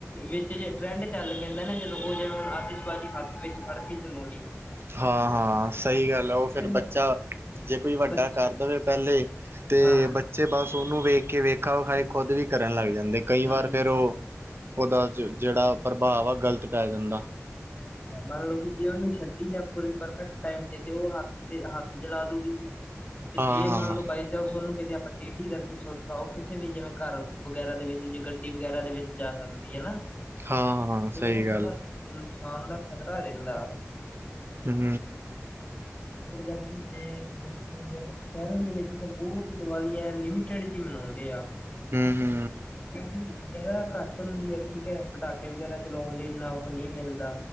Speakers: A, on the left; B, on the right.
A: ਵਿੱਚ ਜੇਏ ਟਰੈਂਡ ਚੱਲ ਪੈਂਦਾ ਨਾ ਜਦੋਂ, ਓ ਜੇੜਾ ਹੁਣ ਆਤਿਸ਼ਬਾਜ਼ੀ ਹੱਥ ਵਿੱਚ ਫੜ ਕੇ ਚਲੋਣੀ।
B: ਹਾਂ ਹਾਂ ਸਈ ਗੱਲ ਆ, ਓ ਫਿਰ
A: ਮਤਲਬ
B: ਬੱਚਾ ਜੇ ਕੋਈ ਵੱਡਾ
A: ਬੱਚ
B: ਕਰ ਦੇਵੇ ਪੇਲੇ ਤੇ
A: ਹਾਂ
B: ਬੱਚੇ ਬੱਚੇ ਬਸ ਓਨੂੰ ਵੇਖ ਕੇ ਵੇਖਾ ਵਖਾਈ ਖੁਦ ਵੀ ਕਰਨ ਲੱਗ ਜਾਂਦੇ, ਕਈ ਵਾਰ
A: ਹੂੰ
B: ਫੇਰ ਓ ਓਦਾ ਜੇੜਾ ਪ੍ਰਭਾਵ ਆ ਗ਼ਲਤ ਪੈ ਜਾਂਦਾ।
A: ਮੰਨ ਲਓ ਕਿ ਜੇ ਓਨੂੰ ਛੱਡੀ ਨਾ ਪੂਰੀ ਪਰਫੈਕਟ ਟਾਈਮ ਤੇ ਓ ਹੱਥ ਤੇ ਹੱਥ ਜਲਾ ਦੂਗੀ ਜੀ, ਤੇ
B: ਹਾਂ-ਹਾਂ,
A: ਜੇ ਮੰਨ ਲੋ ਬਾਈਚਾਂਸ ਓਨੂੰ ਕਿਤੇ ਟੇਢੀ ਕਰਕੇ ਸੁਟਤਾ, ਓ ਕਿਸੇ ਵੀ ਜਿਵੇਂ ਘਰ ਵਗੈਰਾ ਦੇ ਵਿੱਚ ਜੇ ਗੱਡੀ ਵਗੈਰਾ ਦੇ ਵਿੱਚ ਜਾ ਸਕ ਠੀਕ ਐ ਨਾ,
B: ਹਾਂ-ਹਾਂ
A: ਫਿਰ
B: ਸਹੀ
A: ਓ
B: ਗੱਲ
A: ਥੋੜਾ ਨੁਕਸਾਨ ਦਾ ਖਤਰਾ ਰੇਂਦਾ।
B: ਹੂੰ,
A: ਮਤਲਬ ਬਾਕੀ ਏ ਕੀ ਮਤਲਬ ਸ਼ੈਰਾਂ ਦੇ ਵਿੱਚ ਤਾਂ ਬੋਤ ਦੀਵਾਲੀ ਆ ਲਿਮਟਡ ਜੇਈ ਮਨਾਓਂਦੇ ਆ।
B: ਹੂ ਹੂ
A: ਕਿਓਕੀ ਜਗ੍ਹਾ ਘੱਟ ਹੁੰਦੀ ਐ ਠੀਕ ਐ ਪਟਾਕੇ ਵਗੈਰਾ ਚਲੋਣ ਲਈ ਏਨਾ ਓ ਨਈ ਮਿਲਦਾ।